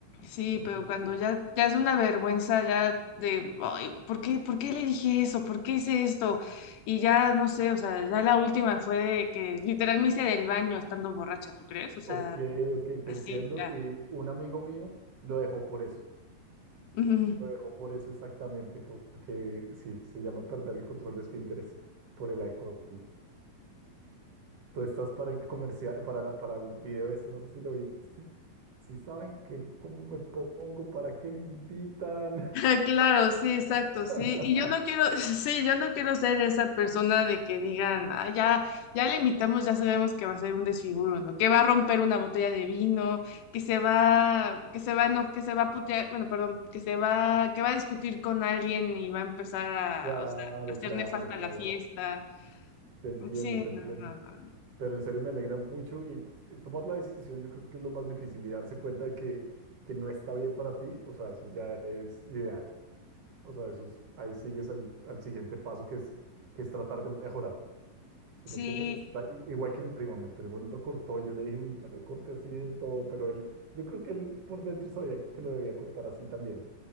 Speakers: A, on the left; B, on the right.
A: Sí,
B: Te entiendo.
A: pero cuando ya, ya es una vergüenza, ya de, "Ay, ¿por qué, por qué le dije eso? ¿Por qué hice esto? Y ya, no sé, o sea, ya la última fue de que literal me hice del baño estando borracha, ¿tú crees? O sea,
B: Ok, ok, te
A: así,
B: entiendo.
A: ya.
B: Y un amigo mío lo dejó por eso.
A: Ujú.
B: Lo dejó por eso exactamente, porque sí, se llama perder el control de esfínteres por el alcohol. Tú estás para el comercial, para la- para el video este, no sé si lo viste. Si saben que cómo me pongo, para qué me invitan.
A: <laughs> Claro, sí, exacto, sí.
B: <laughs>
A: Y yo no quiero, <laughs> sí, yo no quiero ser esa persona de que digan, ah, ya, ya le invitamos, ya sabemos que va a ser un desfiguro, ¿no? Que va a romper una botella de vino, que se va, que se va, no, que se va a putear, bueno, perdón, que se va, que va a discutir con alguien y va a empezar a,
B: Claro,
A: o sea, a hacer
B: claro,
A: nefasta
B: claro.
A: la fiesta.
B: Te entiendo,
A: Sí,
B: te entiendo.
A: no, no, no. no.
B: pero en serio me alegra mucho y, y tomar la decisión yo creo que es lo más difícil y darse cuenta de que, que no está bien para ti, o sea, eso ya es ideal, o sea, eso es- ahí sigues al, al siguiente paso que es, que es tratar de mejorar, ¿sí
A: Sí,
B: me entiendes? Está i- igual que mi primo, mi primo lo cortó, y yo le dije, uy, no lo corte así del todo, pero él, yo creo que él por dentro sabía que lo debía cortar así también,